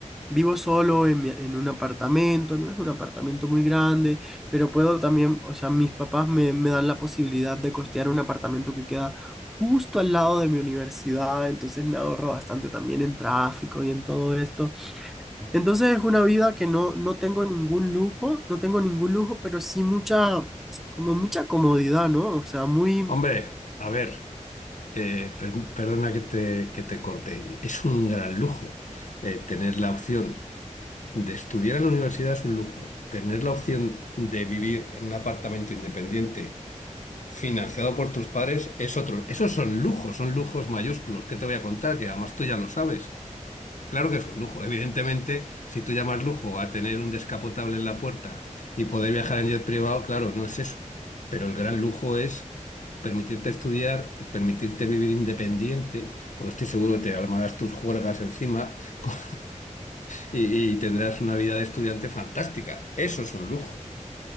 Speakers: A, in the centre; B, on the left (about 70°).
A: vivo solo en, mi- en un apartamento, no es un apartamento muy grande, pero puedo también, o sea, mis papás me, me dan la posibilidad de costear un apartamento que queda justo al lado de mi universidad, entonces me ahorro bastante también en tráfico y en todo esto. Entonces es una vida que no, no tengo ningún lujo, no tengo ningún lujo, pero sí mucha, como mucha comodidad, ¿no? O sea, muy...
B: Hombre, a ver, eh, per- perdona que te, que te corte. Es un gran lujo eh, tener la opción de estudiar en la universidad es un lujo. Tener la opción de vivir en un apartamento independiente financiado por tus padres es otro. Esos son lujos, son lujos mayúsculos. ¿Qué te voy a contar? Que además tú ya lo sabes. Claro que es un lujo. Evidentemente, si tú llamas lujo a tener un descapotable en la puerta y poder viajar en jet privado, claro, no es eso. Pero el gran lujo es permitirte estudiar, permitirte vivir independiente, porque estoy seguro que te armarás tus juergas encima <laughs> con- y, y tendrás una vida de estudiante fantástica. Eso es un lujo.